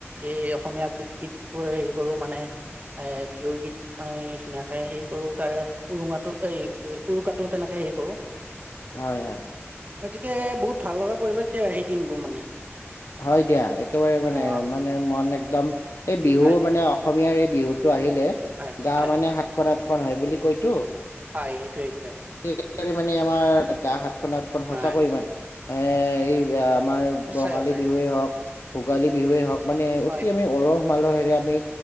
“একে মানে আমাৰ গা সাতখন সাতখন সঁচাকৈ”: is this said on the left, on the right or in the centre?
Left